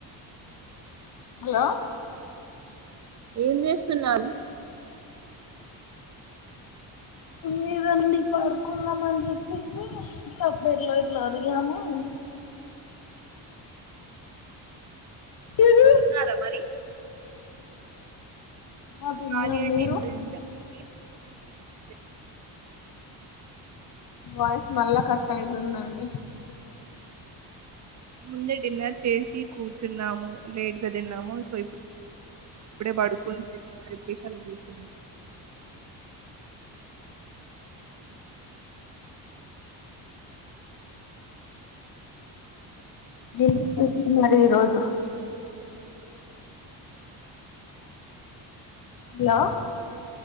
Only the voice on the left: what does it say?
హలో
మీరండి పడుకుందామని చెప్పేసి ఇట్లాబెడ్లో ఇట్లా ఒరిగినము. <unintelligible>
ఆ తిన్నాం
మీరు
వాయిస్ మళ్ళా కట్ అవుతుందండి
ఎట్లా <unintelligible> మరి ఈరోజు హలో